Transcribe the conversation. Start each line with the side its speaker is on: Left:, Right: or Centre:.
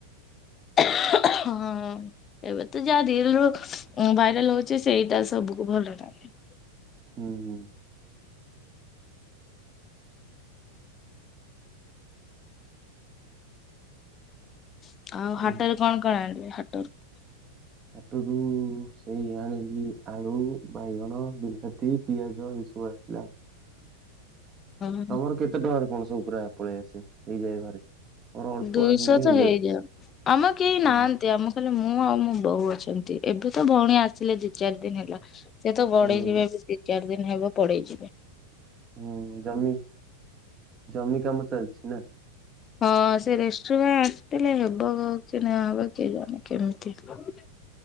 Left: <inaudible> ଏବେ ତ ଯାହା ରିଲ୍ ରୁ ଭାଇରାଲ୍ ହଉଚି, ସେଇଟା ସବୁକୁ ଭଲ ଲାଗେ।
Right: <inaudible>
Left: <inaudible>
Right: ହଁ ହାଟରୁୁ ସେଇ ଆଣିଲି ଆଳୁ ବାଇଗଣ, ବିଲାତି, ପିଆଜ ଏଇ ସବୁ ଆସିଲା।
Left: <inaudible>
Right: ତମର କେତେ ଟଙ୍କାର କଣ ସବୁ ପୁରା ପଳେଇ ଆସେ ହେଇଯାଏ ଘରେ? ତମର ଅଳ୍ପ
Left: ଦୁଇଶ
Right: ଆଣିଲେ
Left: ତ
Right: ହେଇଯାଏ
Left: ଲେଇଯାଉ ଆମ କେହି
Right: ହୁଁ
Left: ନାଆ ତି ଆମ ଖାଲି ମୁଁ ଆଉ ମୋ ବୋଉ ଅଛନ୍ତି ଏବେ ତ ଭଉଣୀ ଆସିଲେ ଦି ଚାର୍ ଦିନ୍ ହେଲା। ସେ ତ ବଡ଼େଇ
Right: ହୁଁ
Left: ଯିବେ ଏବେ ଦି ଚାର୍ ଦିନ୍ ହେବ ପଳେଇ ଯିବେ।
Right: ହୁଁ ଜମି ଜମି କାମ ଚାଲିଚି, ନାଁ?
Left: ହଁ ସେ ରେଷ୍ଟୁରାଣ୍ ଆସିଥିଲେ ହେବ କି ନାଁ ହବ କିଏ ଜଣେ କେମିତି ହବ?